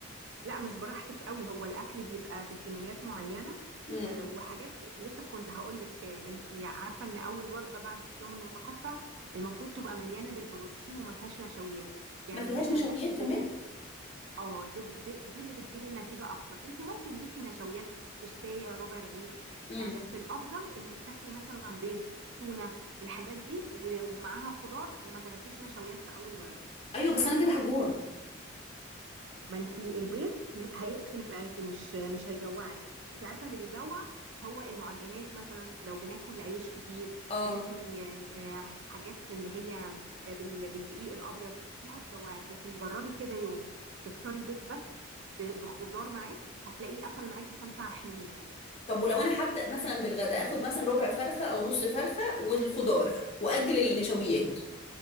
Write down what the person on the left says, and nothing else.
امم
ما فيهاش
نشويات
كمان
امم
ايوه بس انا كده هجوع
اه
طب ولو انا هبدأ مثلا بالغدا اخد مثلا ربع فرخة او نص فرخة والخضار واجل النشويات